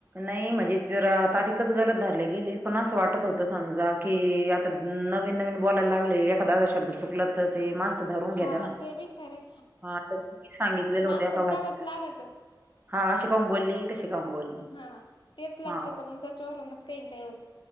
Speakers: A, on the right; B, on the left.
A: नाही म्हणजे जरा तारीखच गलत धरली गेली. पण असं वाटत होतं समजा की आता नवीन नवीन बोलायला लागले एखादा शब्द चुकला तर ते माणस धरून घेत
B: हा
A: ना
B: ते बी खरंय
A: हा तर सांगितलेलं होत
B: माणसाला
A: का भाजला
B: तवाच लागत
A: हा अशी का बोलली तशी काऊन बोलली.
B: हा तेच लाटकात
A: हा
B: मग त्याच्यावरच काही काही होत.